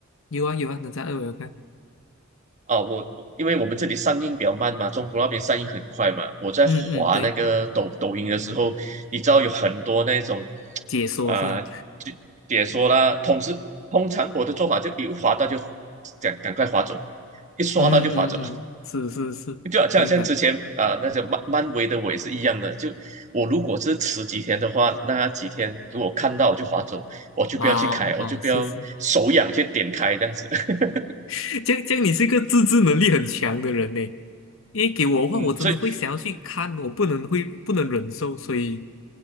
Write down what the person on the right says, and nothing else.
啊，我因为我们这里上映比较慢嘛，中国那边上映很快嘛。我在滑那个抖抖音的时候，
你知道有很多那种
啊、就解说啦，通是通常我的做法就一滑到就赶赶快滑走，一刷到就滑走。
就好像像之前啊、
那个漫漫威的我也是一样的。就我如果是迟几天的话，那几天如果看到我就划走，我就不要去开，
我就不要手痒去点开这样子。
<laughs>
嗯，
所以